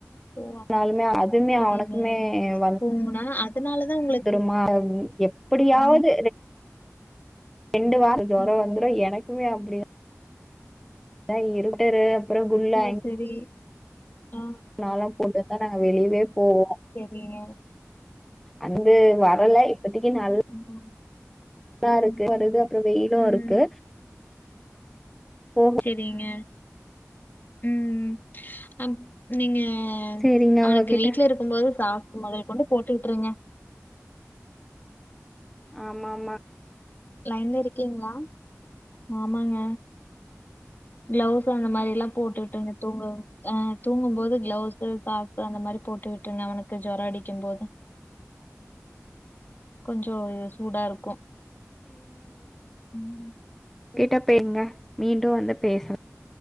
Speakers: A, on the left; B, in the centre.
A: ஓ
B: னாலுமே அதுமே
A: சரிங்க
B: அவனுக்குமே வந்துருமா
A: போங்கனா அதனாலதான் உங்களுக்கு
B: எப் டியாவது
A: ஆ
B: ரெண்டு வாரோ ஜொரோ
A: ம்.
B: வந்துரு எனக்குமே அப்டிதா ஏ இருட்டரு அப்புறம் குல்லா
A: ஓ செரி ஆ
B: அதெல்லா போட்டுதா நாங்க வெளியவே போவோ
A: செரிங்க
B: அந்து வரல இப்பதிக்கு நல்ல
A: ம்
B: குளுரா
A: ம்
B: இருக்கு அடுத்து அப்பறோ வெயிலு
A: ம்
B: இருக்கு போகும்
A: செரிங்க ம் அப் நீங்க ஆ
B: சரிங்க
A: அவனுக்கு
B: உங்ககிட்ட
A: வீட்ல இருக்கும்போது சாக்ஸ் மொதல் கொண்டு போட்டு விட்டுருங்க
B: ஆமா ஆமா
A: லைன்ல இருக்கீங்களா ஆமாங்க கிளவுஸ் அந்த மாரில்லா போட்டு விட்டுருங்க தூங்க ஆ தூங்கும் போது கிளவுஸ்சு சாக் ஸ் அந்த மாரி போட்டுவிட்டுருங்க அவனுக்கு ஜொரோ அடிக்கும் போது கொஞ்சோ இது சூடா இருக்கு ம்
B: கிட்ட பேங்க மீண்டு வந்து பேசலா